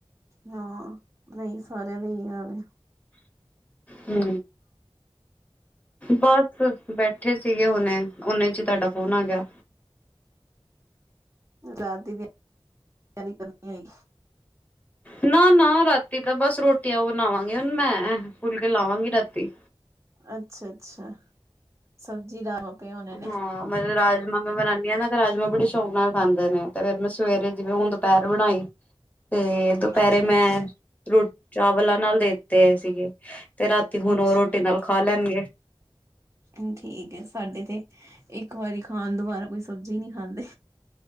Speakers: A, on the right (about 30°); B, on the left (about 15°).
A: ਹਾਂ, ਨਹੀਂ ਸਾਰਿਆਂ ਦੇ ਏ ਹੀ ਹਾਲ ਹੈ।
B: ਹੂ। ਬਸ ਬੈਠੇ ਸੀਗੇ ਹੁਨੇ, ਓਨੇ ਚ ਹੀ ਤੁਹਾਡਾ ਫੋਨ ਆ ਗਿਆ।
A: ਰਾਤ ਦੀ ਤਿਆਰੀ ਕਰਨੀ ਹੋਈ।
B: ਨਾ, ਨਾ ਰਾਤੀ ਤਾਂ ਬਸ ਰੋਟੀਆਂ ਬਣਾਵਾਂਗੀ ਹੁਣ ਮੈਂ, ਫੁੱਲ ਕੇ ਲਾਵਾਂਗੀ ਰਾਤੀ।
A: ਅੱਛਾ, ਅੱਛਾ ਸਬਜ਼ੀ ਦਾਵ ਪਏ ਹੋਨੇ ਨੇ।
B: ਹਾਂ ਮੈਂ ਰਾਜਮਾਂ ਮੈਂ ਬਣਾਂਦੀ ਹਾਂ ਨਾ ਤੇ ਰਾਜਮਾਂ ਬੜੇ ਸ਼ੌਂਕ ਨਾਲ ਖਾਂਦੇ ਨੇ ਤੇ ਫੇਰ ਮੈਂ ਸਵੇਰੇ ਜਿਵੇਂ ਹੁਣ ਦੁਪਹਿਰ ਬਣਾਈ। ਤੇ ਦੁਪਹਿਰੇ
A: ਅੱਛਾ-ਅੱਛਾ,
B: ਮੈਂ,
A: ਅੱਛਾ
B: ਰੋ ਚਾਵਲਾਂ ਨਾਲ ਦੇਤੇ ਸੀਗੇ। ਤੇ ਰਾਤੀ ਹੁਣ
A: ਅੱਛਾ,
B: ਉਹ ਰੋਟੀ ਨਾਲ ਖਾ ਲੈਣਗੇ।
A: ਹ ਠੀਕ ਐ, ਸਾਡੇ ਤੇ ਇੱਕ ਵਾਰੀ ਖਾਣ ਦੁਬਾਰਾ ਕੋਈ ਸਬਜ਼ੀ ਨਹੀਂ ਖਾਂਦੇ।